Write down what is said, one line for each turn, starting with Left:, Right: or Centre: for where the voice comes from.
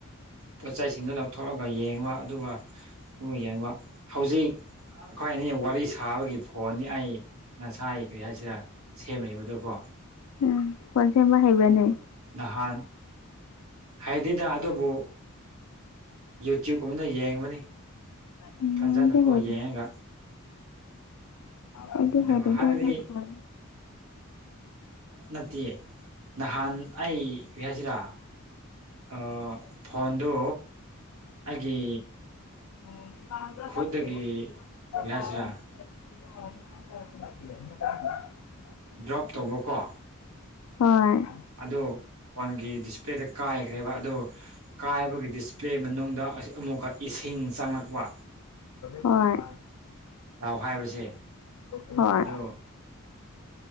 Right: ꯄꯣꯠ ꯆꯩꯁꯤꯡꯗꯨꯣ ꯂꯧꯊꯣꯛꯑꯒ ꯌꯦꯡꯕ ꯑꯗꯨꯒ ꯌꯦꯡꯕ ꯍꯧꯖꯤꯛ ꯑꯩꯈꯣꯏꯅꯤ ꯋꯥꯔꯤ ꯁꯥꯕꯒꯤ ꯐꯣ ꯐꯣꯟꯅꯤ ꯑꯩ ꯉꯁꯥꯏ ꯀꯔꯤ ꯍꯥꯏꯁꯤꯔꯥ ꯁꯦꯝꯃꯤꯕꯗꯨꯀꯣ
Left: ꯎꯝ ꯐꯣꯟ ꯁꯦꯝꯕ ꯍꯩꯕ꯭ꯔꯅꯦ
Right: ꯅꯍꯥꯟ ꯍꯩꯗꯦꯗ ꯑꯗꯨꯕꯨ ꯌꯨꯇ꯭ꯌꯨꯕꯀꯨꯝꯕꯗ ꯌꯦꯡꯕꯅꯤ
Left: ꯎꯝ
Right: ꯐꯖꯅꯀꯣ
Left: ꯑꯩꯗꯤ ꯍꯩꯔꯦ
Right: ꯌꯦꯡꯉꯒ
Left: ꯑꯩꯗꯤ
Right: ꯑꯗꯨꯒ
Left: ꯍꯩꯔꯦꯗ
Right: ꯍꯥꯏꯕꯗꯤ
Left: ꯑꯩꯗꯤ ꯐꯣꯟ
Right: ꯅꯠꯇꯦ ꯅꯍꯥꯟ ꯑꯩ ꯀꯔꯤ ꯍꯥꯏꯁꯤꯔꯥ ꯑꯥ ꯐꯣꯟꯗꯨ ꯑꯩꯒꯤ
Left: <unintelligible>
Right: ꯈꯨꯠꯇꯒꯤ ꯀꯔꯤ ꯍꯥꯏꯁꯤꯔꯥ
Left: <unintelligible>
Right: ꯗ꯭ꯔꯣꯞ ꯇꯧꯕꯀꯣ
Left: ꯍꯣꯏ
Right: ꯑꯗꯣ ꯐꯣꯟꯒꯤ ꯗꯤꯁꯄ꯭ꯂꯦꯗ ꯀꯥꯏꯈ꯭ꯔꯦꯕ ꯑꯗꯨ ꯀꯥꯏꯕꯒꯤ ꯗꯤꯁꯄ꯭ꯂꯦ ꯃꯅꯨꯡꯗ ꯑꯁ ꯑꯃꯨꯛꯀ ꯏꯁꯤꯡ ꯆꯪꯂꯛꯄ
Left: ꯍꯣꯏ
Right: ꯂꯥꯎ ꯍꯥꯏꯕꯁꯦ
Left: ꯍꯣꯏ
Right: ꯑꯗꯣ